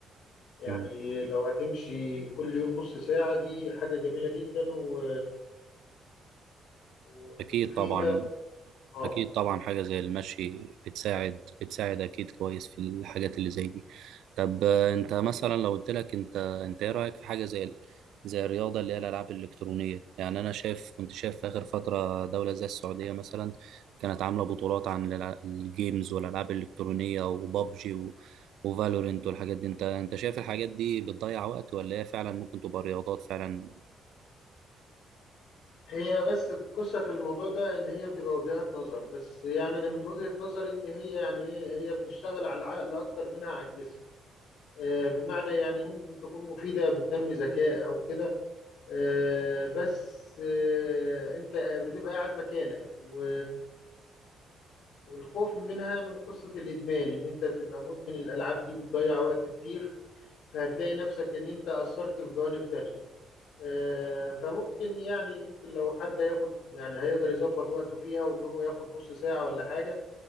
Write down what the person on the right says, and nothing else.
مم.
اكيد
طبعا
أكيد طبعا حاجة زي المشي بتساعد بتساعد أكيد كويس في الحاجات اللي زي دي طب آه، أنت مثلا لو قلت لك أنت أنت إيه رأيك في حاجة زي ال- زي الرياضة اللي هي الألعاب الإلكترونية يعني أنا شايف كنت شايف في آخر فترة دولة زي السعودية مثلا كانت عاملة بطولات عن الألع- الجيمز والألعاب الإلكترونية وبابجي و... وفالورنت والحاجات دي أنت أنت شايف الحاجات دي بتضيع وقت ولا هي فعلا ممكن تبقى رياضات فعلا